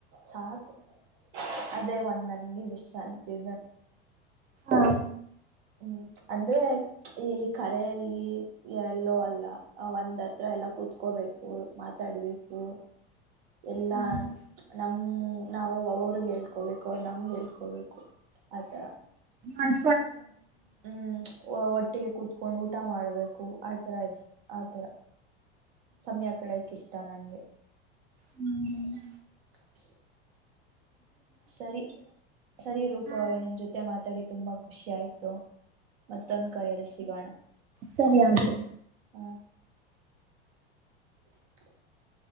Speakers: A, on the right; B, on the right.
A: ಸಾಕು ಅದೇ ಒಂದ್ ನನ್ಗೆ ವಿಶ್ರಾಂತಿ.
B: ಹಾ
A: ಹ್ಮ ಅಂದ್ರೆ ಈ ಕಾರ್ಯ ಅಲ್ಲಿ ಎಲ್ಲೋ ಅಲ್ಲ ಆ ಒಂದ. ಹತ್ರ ಎಲ್ಲ ಕುತ್ಕೋಬೇಕು ಮಾತಾಡ್ಬೇಕು. ಎಲ್ಲಾ
B: ಹ್ಮ್
A: ನಮ್ಮ ಹ್ಮ ನಾವು ಅವ್ರಗೆ ಹೇಳ್ಕೊಬೇಕು ಅವ್ರು ನಮ್ಗೆ ಹೇಳ್ಕೊಬೇಕು. ಅಥರಾ
B: ಅಣ್
A: ಹ್ಮ್ ಒಟ್ಟಿಗೆ ಕುತ್ಕೊಂಡು ಊಟ ಮಾಡ್ಬೇಕು. ಆ ತರ ಇಷ್ಟ ಆತರ ಸಮಯ ಕಲಿಯೆಕ್ ಇಷ್ಟ ನನ್ಗೆ
B: ಹ್ಮು ಹ್ಮು
A: <inaudible> ಸರಿ ಸರಿ ರೂಪ
B: ಹಾ,
A: ಅವರೇ ನಿಮ್ ಜೊತೆ ಮಾತಾಡಿ ತುಂಬಾ ಖುಷಿ ಆಯ್ತು ಮತ್ತೊಂದ ಕರೆಯಲ್ಲಿ ಸಿಗೋಣ.
B: ಸರಿಯಾದ
A: ಹ್ಮ <inaudible>